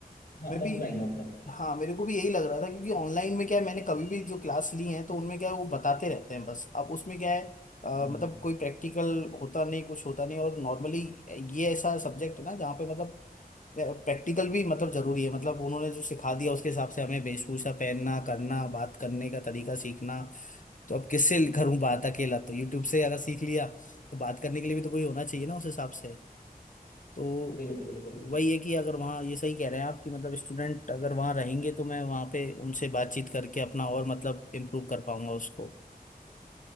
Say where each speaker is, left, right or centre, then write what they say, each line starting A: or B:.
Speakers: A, on the left (about 70°); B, on the left (about 55°).
A: हाँ
B: मैं भी
A: ऑफलाइन ऑफलाइन
B: हाँ मेरे को भी यही लग रहा था क्योंकि ऑनलाइन में क्या है मैंने कभी भी जो क्लास ली है तो उनमें क्या है वो बताते रहते हैं बस अब उसमें क्या है अ,
A: हम्म।
B: मतलब कोई प्रैक्टिकल होता नहीं कुछ होता नहीं और नॉर्मली ये ऐसा सब्जेक्ट है ना जहाँ पे मतलब प्रैक्टिकल भी मतलब जरूरी है मतलब उन्होंने जो सिखा दिया उसके हिसाब से हमें वेशभूषा पहनना करना बात करने का तरीका सीखना तो अब किससे करूं बात अकेला तो यूट्यूब से अगर सीख लिया तो बात करने के लिए भी तो कोई होना चाहिए ना उस हिसाब से तो
A: बिल्कुल बिल्कुल
B: वही है कि अगर वहाँ ये सही कह रहे हैं आप कि मतलब स्टूडेंट अगर वहाँ रहेंगे तो मैं वहाँ पे उनसे बातचीत करके अपना और मतलब इम्प्रूव कर पाऊंगा उसको